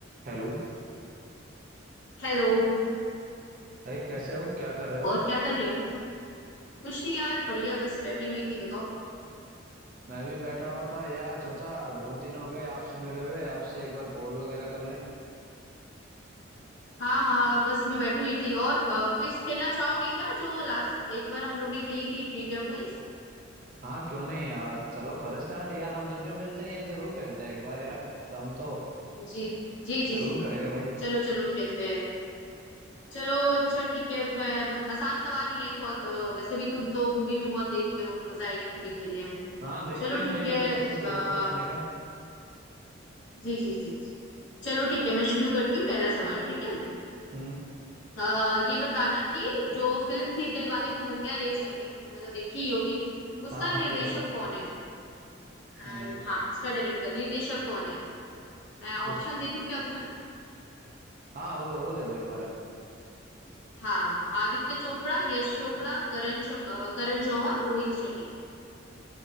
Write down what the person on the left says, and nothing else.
हेलो
और क्या कर रही हो कुछ नहीं यार बढ़िया बस बैठी हुई थी बताओ
हाँ हाँ बस मैं बैठी हुई थी और क्विज खेलना चाहोगे क्या जो लास्ट एक बार हम लोग ने खेली थी ट्रिविया क्विज
जी जी जी
जी
चलो चलो खेलते हैं चलो अच्छा ठीक है मैं बहुत आसान सवाल ही है बहुत अ, वैसे भी तुम तो मूवी भी बहुत देखते हो मजा आएगी तुम्हें खेलने में
चलो
ठीक है
अ,
जी जी जी चलो ठीक है मैं शुरू करती हूँ पहला सवाल ठीक है
आ, ये बताना कि जो फिल्म थी दिलवाले दुल्हनिया ले जाएंगे तुमने तो देखी ही होगी उसका
निर्देशक
कौन है एंड
हाँ उसका डायरेक्टर निर्देशक कौन है मैं ऑप्शन
दे दूं क्या तुम्हें
हाँ आदित्य चोपड़ा यश चोपड़ा करण चो, अ, करण जौहर रोहित शेट्टी